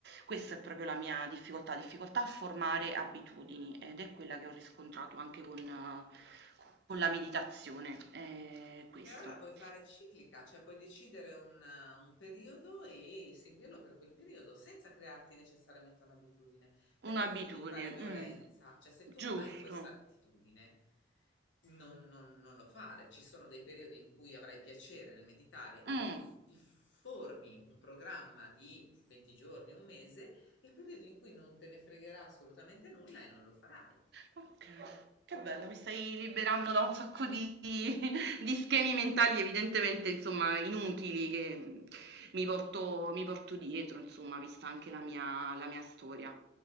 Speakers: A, on the right; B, on the left.
A: questa è proprio la mia difficoltà, difficoltà a formare abitudini ed è quella che ho riscontrato anche con eh, con la meditazione, ehm, questo.
B: Però la puoi fare ciclica, cioè puoi decidere un, un periodo e seguirlo per quel periodo senza crearti necessariamente un'abitudine, perché
A: Un'abitudine,
B: ti devi fare
A: mh.
B: violenza, cioè se tu
A: Giusto.
B: non hai questa attitudine, non, non- non lo fare. Ci sono dei periodi in cui avrai piacere nel meditare e
A: Mh.
B: ti, ti formi un programma di 20 giorni, un mese, e periodi in cui non te ne fregherà assolutamente nulla e non lo farai.
A: Okay, che bello, mi stai liberando da un sacco di <laughs> di schemi mentali evidentemente, insomma, inutili che, mhmm, mi porto mi porto dietro, insomma, vista anche la mia la mia storia.